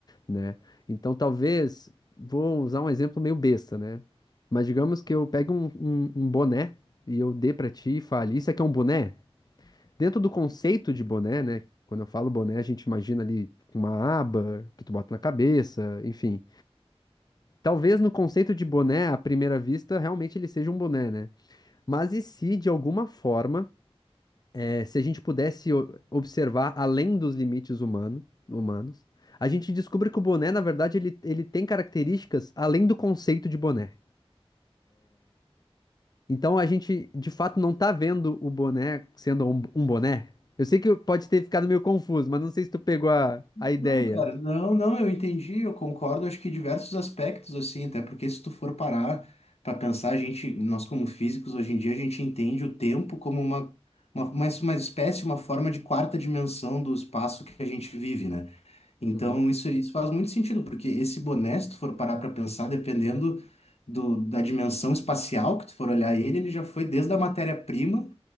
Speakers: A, on the left; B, on the left.
A: né? Então, talvez, vou usar um exemplo meio besta, né? Mas digamos que eu pegue um, um- um boné e eu dê pra ti e fale, isso aqui é um boné? dentro do conceito de boné, né? Quando eu falo boné, a gente imagina ali com uma aba que tu bota na cabeça, enfim. Talvez no conceito de boné, à primeira vista, realmente ele seja um boné, né? Mas e se, de alguma forma, eh, se a gente pudesse o- observar além dos limites humano, humanos, a gente descobre que o boné, na verdade, ele, ele tem características além do conceito de boné. Então a gente de fato não tá vendo o boné sendo um, um boné. Eu sei que pode ter ficado meio confuso, mas não sei se tu pegou a, a ideia.
B: Não, cara, não, não, eu entendi, eu concordo, acho que em diversos aspectos, assim, até porque se tu for parar para pensar, a gente, nós como físicos, hoje em dia, a gente entende o tempo como uma, uma, uma, uma espécie, uma forma de quarta dimensão do espaço que a gente vive, né? Então,
A: Uhum,
B: isso, isso faz muito sentido, porque esse boné, se tu for parar para pensar, dependendo do, da dimensão espacial que tu for olhar ele, ele já foi desde a matéria-prima